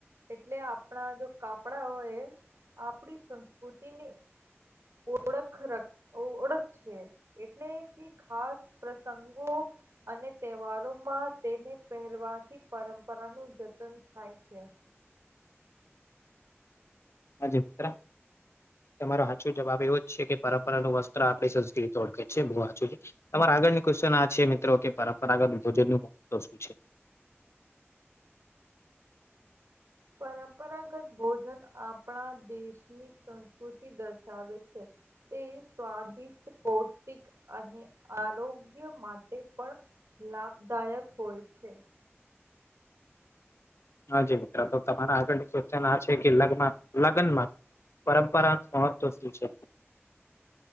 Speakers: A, on the right (about 80°); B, on the left (about 70°).
A: એટલે આપણા જો કાપડા હો એ આપણી સંસ્કૃતિને ઓળખ ર ઓળખ છે એટલે ક ખાસ પ્રસંગો અને તહેવારોમાં તેને પહેરવાથી પરંપરા નું જતન થાય છે.
B: <unintelligible> તમારો સાચો જવાબ એવો જ છે કે પરંપરાનું વસ્ત્ર આપણી સંસ્કૃતિ ઓળખે છે બહુ હાચું છે તમારે આગળની ક્વેશ્ચન આ છે મિત્રો કે પરંપરાગત ભોજન નું મહત્વ શું છે?
A: પરંપરાગત ભોજન આપણા દેશની સંસ્કૃતિ દર્શાવે છે. તે સ્વાદિષ્ટ પૌષ્ટિક અને આરોગ્ય માટે પણ લાભદાયક હોય છે.
B: હાજી મિત્રો તો તમારા આગળ ક્વેશ્ચન આ છે કે લગ્ન લગ્નમાં પરંપરા મહત્વ શું છે?